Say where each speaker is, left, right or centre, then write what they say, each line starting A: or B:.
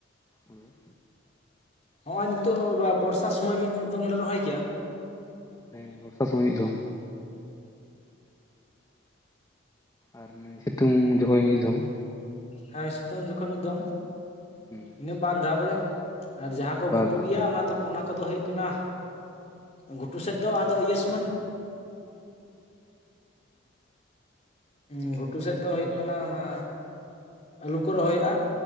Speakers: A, on the left (about 15°); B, on the left (about 35°).
A: ᱦᱳᱭ
B: ᱦᱚᱸᱜᱼᱚᱭ ᱱᱤᱛᱚᱜ ᱵᱚᱨᱥᱟ ᱥᱩᱚᱢᱚᱭ ᱢᱤᱫ ᱫᱚᱢ ᱞᱮ ᱨᱚᱦᱚᱭ ᱠᱮᱜ-ᱟ
A: ᱦᱮᱸ ᱵᱚᱨᱥᱟ ᱥᱳᱚᱢᱚᱭ ᱢᱤᱫ ᱫᱷᱟᱣ ᱟᱨ ᱱᱚᱜ-ᱚᱭ ᱥᱤᱛᱩᱝ ᱡᱚᱠᱷᱚᱡ ᱢᱤᱫ ᱫᱷᱚᱢ
B: ᱦᱮᱸ ᱥᱤᱛᱩᱝ ᱡᱚᱠᱷᱚᱱ ᱢᱤᱫ ᱫᱷᱚᱢ
A: ᱦᱩᱸ
B: ᱤᱱᱟᱹᱜ ᱵᱟᱨ ᱫᱷᱟᱯ ᱜᱮ ᱟᱨ ᱡᱟᱦᱟᱸ ᱠᱚ ᱜᱷᱩᱴᱩ
A: ᱫᱷᱟᱣ
B: ᱜᱮᱭᱟ ᱚᱱᱟ ᱚᱱᱟ ᱠᱚ ᱫᱚ ᱦᱩᱭᱩᱜ ᱠᱟᱱᱟ, ᱜᱷᱩᱴᱩ ᱥᱮᱫ ᱫᱚ ᱟᱫᱚ ᱤᱭᱟᱹ ᱥᱩᱢᱟᱹᱭ, ᱦᱩᱸ ᱜᱷᱩᱴᱩ ᱥᱮᱫ ᱫᱚ ᱦᱩᱭᱩᱜ ᱠᱟᱱᱟ ᱚᱱᱟ, ᱟᱹᱞᱩ ᱠᱚ ᱨᱚᱦᱚᱼᱟ